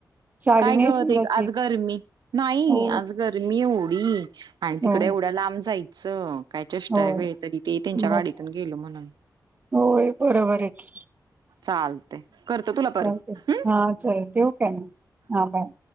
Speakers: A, on the right; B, on the right.
A: साडी
B: काय
A: नेसून
B: कळत
A: जाशील
B: आज गर्मी नाही
A: हो
B: आज गर तर मी एवढी आणि तिकड
A: हो
B: एवढं लांब जायचं. काय चष्टा
A: होय
B: आहे व तरी ते त्यांच्या
A: बर
B: गाडीतून गेलो म्हणून
A: होय बरोबर आहे.
B: चालतय करतो तुला परत
A: चते
B: हम्म
A: हा चल तेव केम हा बाय